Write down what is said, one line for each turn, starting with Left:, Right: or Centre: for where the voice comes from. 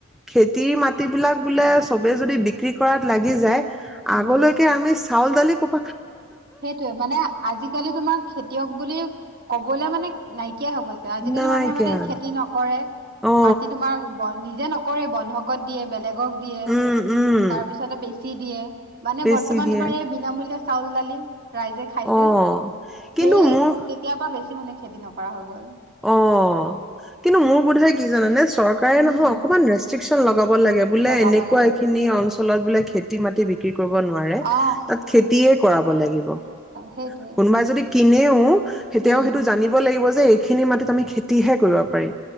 Centre: খেতিৰ মাটিবিলাক বোলে চবে যদি বি <unintelligible> কৰাত লাগি যায়।
Right: উম
Centre: আগলৈকে আমি চ চাউল-দালি কত
Right: সেইটোয়ে মানে আজি কালি তোমাৰ খেতিয়ক বুলি কবলে মানে নাই। ন‌ইকিয়া হৈ গৈছে। আজিকালি
Centre: নাইকিয়া
Right: মানুহে মানে খেতি নকৰে।
Centre: অ
Right: মাটি তোমাৰ ব নিজে নক কৰে বন্ধকত দিয়ে বেলে বেগক দিয়ে।
Centre: উম উম
Right: তাৰপিছতে বেছ ছি দিয়ে। মানে
Centre: বেছি
Right: বৰ্তমান
Centre: দিয়ে
Right: তোমাৰ এই বিনামূল্য‌ই চাউল-দালি ৰাইজে খাইছে।
Centre: অ কিন্তু
Right: সেই
Centre: মোৰ
Right: কেতিয়াবা বেছ কিমানেমানে খেতি নকৰা হৈ গ'ল।
Centre: অ', কিন্তু মোৰ বোধেয় কি জানানে। চৰকাৰে
Right: উম
Centre: নহ। অকমান ৰেষ্ট্ৰিকচ চন লগ ল'ব লাগে। বোলে
Right: লগাব
Centre: এনেকুৱা
Right: লাগে
Centre: এখিনি
Right: লাগে
Centre: অঞ্চলত বোলে। খেতি-মাটি বিক্ৰী কৰিব নোৱাৰে।
Right: অ
Centre: তাত খেতিয়ে পৰাব লাগিব।
Right: সেইটোৱে
Centre: কোনোবাই যদি কিনেও
Right: উম
Centre: তেওঁ সেইটো জানিব লাগিব যে এ ই খিনি মাটত আমি খেতিহে কৰিব পাৰি